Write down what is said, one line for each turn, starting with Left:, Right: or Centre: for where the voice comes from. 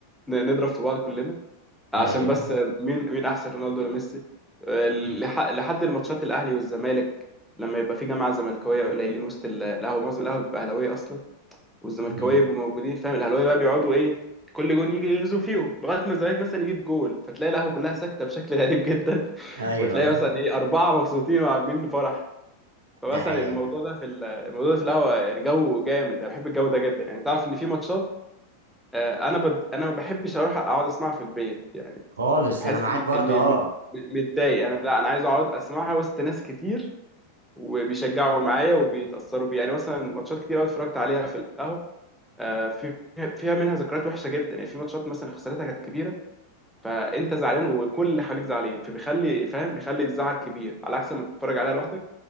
Centre: ن- نضرب في بعض كلنا عشان
Right: ايوه
Centre: بس مين مين احسن رونالدو ولا ميسي آه، لح- لحد الماتشات الاهلي والزمالك لما يبقى في جماعه زملكاويه قليلين وسط ال- القهوه معظم القهوه بتبقى اهلاويه اصلا والزملكاويه
Right: مم.
Centre: يبقوا موجودين فاهم الاهلاويه بقى بيقعدوا ايه كل جون يجي يغزوا فيهم لغايه ما الزمالك مثلا يجيب جول فتلاقي القهوه كلها ساكته بشكل غريب جدا <laughs>
Right: ايوه
Centre: وتلاقي
Right: ايوه
Centre: مثلا ايه اربعه مبسوطين وعاملين فرح فمثلا
Right: ده حقيقه
Centre: الموضوع
Right: فعلا
Centre: ده في ال- الموضوع ده في القهوه يعني جو جامد انا بحب الجو ده جدا يعني تعرف ان في ماتشات آه، انا بد... انا ما بحبش اروح اقعد اسمعها في البيت يعني
Right: خالص
Centre: بحس
Right: انا معاك
Centre: ان
Right: برضه
Centre: اني
Right: اه
Centre: م- م- متضايق انا لا انا عايز اقعد اسمعها وسط ناس كتير وبيشجعوا معايا وبيتاثروا بيها يعني مثلا ماتشات كتير قوي اتفرجت عليها في القهوه آه، في فيها منها ذكريات وحشه جدا يعني في ماتشات مثلا خسارتها كانت كبيره فانت زعلان وكل اللي حواليك زعلانين فبيخلي فاهم بيخلي الزعل كبير على عكس لما تتفرج عليها لوحدك